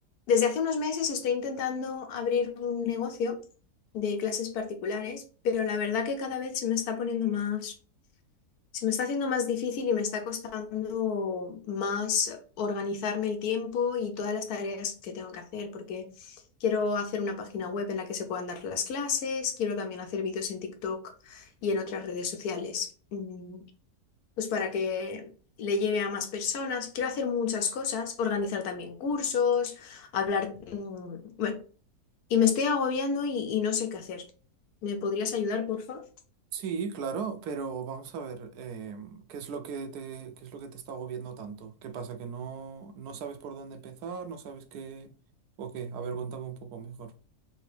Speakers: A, on the left; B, on the right.
A: Desde hace unos meses estoy intentando abrir un negocio de clases particulares, pero la verdad que cada vez se me está poniendo más, se me está haciendo más difícil y me está costando más organizarme el tiempo y todas las tareas que tengo que hacer, porque quiero hacer una página web en la que se puedan dar las clases, quiero también hacer vídeos en TikTok y en otras redes sociales. Mm, pues para que le lleve a más personas. Quiero hacer muchas cosas, organizar también cursos, hablar, mm, bueno, y me estoy agobiando y, y no sé qué hacer. ¿Me podrías ayudar, por favor?
B: Sí, claro, pero vamos a ver, em, ¿qué es lo que te, qué es lo que te está agobiando tanto? ¿Qué pasa? ¿Que no, no sabes por dónde empezar? ¿No sabes qué? ¿O qué? A ver, cuéntame un poco mejor.